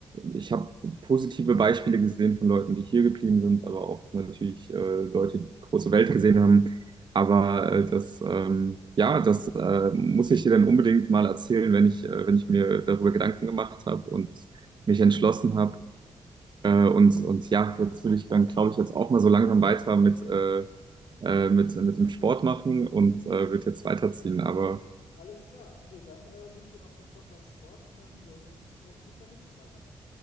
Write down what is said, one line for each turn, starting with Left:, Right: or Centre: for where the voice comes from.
Right: ich habe positive Beispiele gesehen von Leuten, die hier geblieben sind, aber auch natürlich äh, Leute, die die große Welt gesehen haben. Aber äh, das, ähm, ja, das äh, muss ich dir dann unbedingt mal erzählen, wenn ich, äh, wenn ich mir darüber Gedanken gemacht habe und mich entschlossen habe. Äh, und, und ja, jetzt will ich dann, glaube ich, jetzt auch mal so langsam weiter mit, äh, äh, mit, mit dem Sport machen und äh, wird jetzt weiterziehen. Aber
Left: Alles klar. Nee, dann äh, wünsche ich dir noch viel Spaß beim Sport und dann hören wir uns hoffentlich beim nächsten Mal dann.